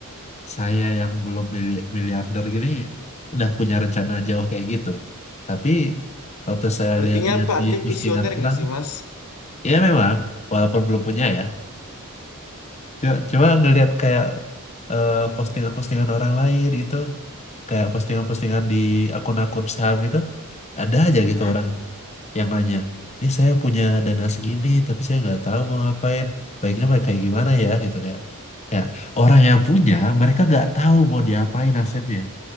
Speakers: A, on the left; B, on the left.
A: saya yang belum mili- miliarder gini udah punya rencana jauh kayak gitu. Tapi waktu saya
B: Artinya
A: lihat-lihat
B: apa?
A: di
B: Artinya
A: postingan
B: visioner
A: orang
B: nggak sih Mas?
A: ya memang walaupun belum punya ya cuma, cuma ngelihat kayak eh, postingan-postingan orang lain gitu kayak postingan-postingan di akun-akun saham gitu ada aja
B: Hmm?
A: gitu orang yang nanya ini saya punya dana segini tapi saya nggak tahu mau ngapain baiknya pakai kayak gimana ya gitu kayak ya orang yang punya mereka nggak tahu mau diapain asetnya